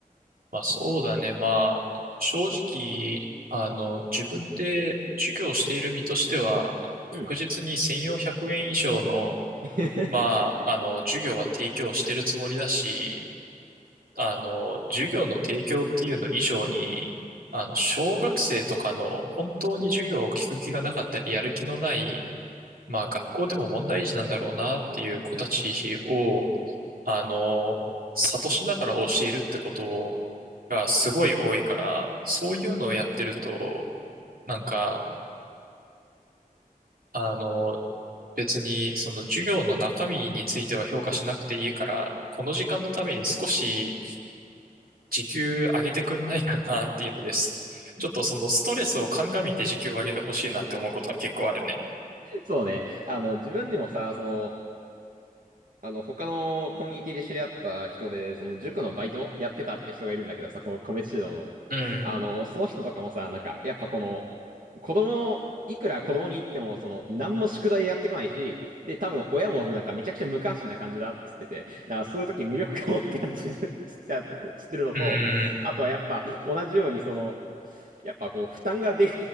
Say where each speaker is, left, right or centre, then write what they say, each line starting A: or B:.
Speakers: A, on the right; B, on the right.
A: まあそうだね。まあ、正直、あの、自分で授業している身としては、確実に1400円以上の
B: うん。<laughs>
A: まあ、あの、授業は提供してるつもりだし、あの、授業の提供っていうの以上に、あの、小学生とかの本当に授業を聞く気がなかったり、やる気のない、まあ、学校でも問題児なんだろうなっていう子たちを、あの、諭しながら教えるってことがすごい多いから、そういうのをやってると、なんか、あの、別にその授業の中身については評価しなくていいから、この時間のために少し時給上げてくんないかなっていうのです。ちょっとそのストレスを鑑みて時給を上げてほしいなって思うことは結構あるね。
B: そうね。あの、自分でもさ、その、あの、他のコミュニティで知り合った人で、その塾のバイトやってたって人がいるんだけどさ、この個別指導の。
A: うん。
B: あの、その人とかもさ、なんか、やっぱこの、子供、いくら子供に言っても、その、何も宿題やってこないし、で、多分親もなんかめちゃくちゃ無関心な感じだっつってて、だからそういう時無力感を感じるっつってあと、つってるのと、
A: うん。
B: あとはやっぱ同じようにその、やっぱこう、負担がで